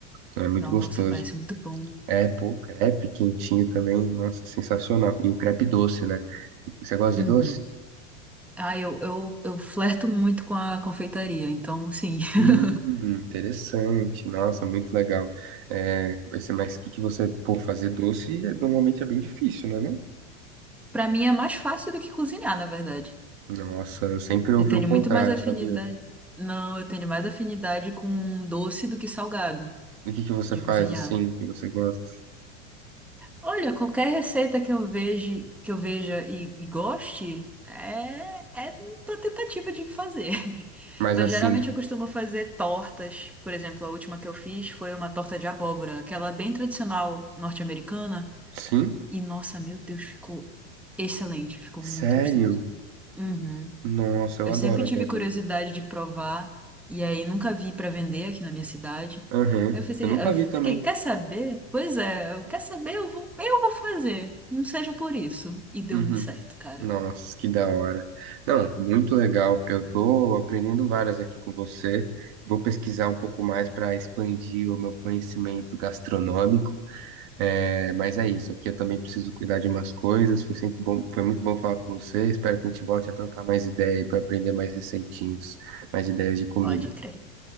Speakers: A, on the right; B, in the centre.
A: Então é muito
B: Nossa,
A: gostoso.
B: parece muito bom.
A: É, pô, crepe quentinho também, nossa, sensacional. E o crepe doce, né? Você gosta
B: Uhum.
A: de doce?
B: Ah, eu, eu, eu flerto muito com a confeitaria, então, sim. <laughs>
A: Hum, interessante, nossa, muito legal. É, esse- mas o que que você, pô, fazer doce é- normalmente é bem difícil, né, não?
B: Pra mim é mais fácil do que cozinhar, na verdade.
A: Nossa, eu sempre ouvi
B: Eu tenho
A: o contrário,
B: muito mais afinidade.
A: sabia?
B: Não, eu tenho mais afinidade com doce do que salgado
A: E o que que você
B: de
A: faz
B: cozinhar.
A: assim, que você gosta?
B: Olha, qualquer receita que eu veja, que eu veja e, e goste, é, é uma tentativa de fazer. <laughs>
A: Mas
B: Mas
A: assim,
B: geralmente eu costumo fazer tortas. Por exemplo, a última que eu fiz foi uma torta de abóbora, aquela bem tradicional norte-americana.
A: sim?
B: E nossa, meu Deus, ficou excelente, ficou
A: Sério?
B: muito gostoso. Uhum.
A: Nossa, eu
B: Eu
A: adoro
B: sempre
A: abóbora.
B: tive curiosidade de provar, e aí nunca vi pra vender aqui na minha cidade.
A: Aham.
B: Aí Eu pensei,
A: Eu nunca
B: eu
A: vi
B: fiquei,
A: também.
B: quer saber? Pois é, eu quer saber, eu vou, eu vou fazer. Não seja por isso. E deu
A: Uhum.
B: muito certo, cara.
A: Nossa, que da hora. Não, muito legal. Eu tô aprendendo várias aqui com você. Vou pesquisar um pouco mais para expandir o meu conhecimento gastronômico. É, mas é isso. Aqui eu também preciso cuidar de umas coisas. Foi sempre bom, foi muito bom falar com você. Espero que a gente volte a trocar mais ideia para aprender mais receitinhos, mais ideias de comida.
B: Pode crer,